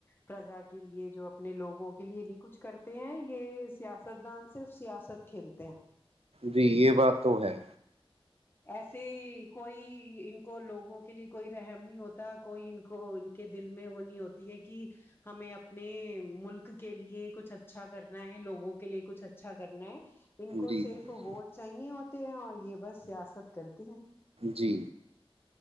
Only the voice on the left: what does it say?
پرجا کے لیے جو اپنے لوگوں کے لیے نہیں کچھ کرتے ہیں یہ سیاست دان صرف سیاست کھیلتے ہیں
ایسے کوئی ان کو لوگوں کے لیے کوئی رحم نہیں ہوتا کوئی ان کو کے دل میں وہ نہیں ہوتی ہے کہ ہمیں اپنے ملک کے لیے کچھ اچھا کرنا ہے لوگوں کے لیے کچھ اچھا کرنا ہے ان کو
صرف
ووٹس چاہے ہوتے ہیں اور یہ بس سیاست کرتے ہیں